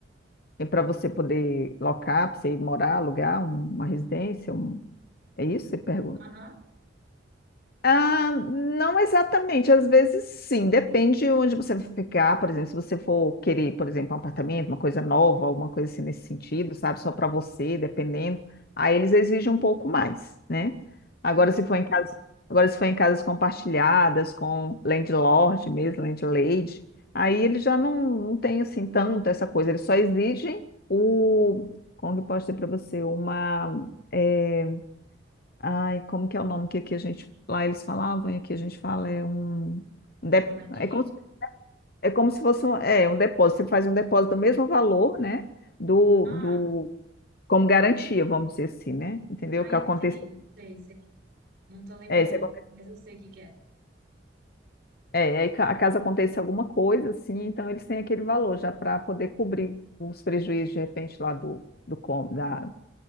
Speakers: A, on the left; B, on the right.
A: para você poder locar, para você ir morar, alugar uma residência, um É isso? que Você pergunta.
B: Aham.
A: Ah, não exatamente, às vezes sim, depende de onde você vai ficar, por exemplo, se você for querer, por exemplo, um apartamento, uma coisa nova, alguma coisa assim nesse sentido, sabe, só para você, dependendo, aí eles exigem um pouco mais, né? Agora
B: Aham.
A: se for em casa, agora se for em casas compartilhadas com landlord mesmo, landlady, aí eles já não, não tem assim tanto essa coisa, eles só exigem o, como que eu posso dizer para você, uma eh, Ai, como que é o nome que aqui a gente. Lá eles falavam e aqui a gente fala é um. um dep-
B: Comprovante
A: É
B: de renda?
A: como, se- é como se fosse um, é, um depósito. Você faz um depósito do mesmo valor, né? Do,
B: Ah,
A: do, como garantia, vamos dizer assim, né? Entendeu?
B: ah,
A: Que
B: eu
A: acontece.
B: sei, sei, sei. Não tô lembrando,
A: É, se acontecer,
B: mas eu sei o que que é.
A: é, aí ca- caso aconteça alguma coisa, assim, então eles têm aquele valor já para poder cobrir os prejuízos, de repente, lá do, do, com- da,